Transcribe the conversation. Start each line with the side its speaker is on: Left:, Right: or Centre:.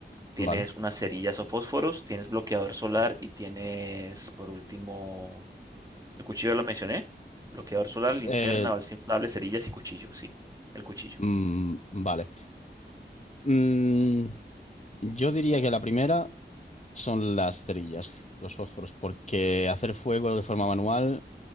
Right: tienes
Left: Vale.
Right: unas cerillas o fósforos, tienes bloqueador solar y tienes, por último El cuchillo ya lo mencioné. Bloqueador solar,
Left: S-
Right: linterna,
Left: eh,
Right: balsa inflable, cerillas y cuchillo. Sí, el cuchillo.
Left: mm, vale. Mm, yo diría que la primera son las cerillas, los fósforos, porque hacer fuego de forma manual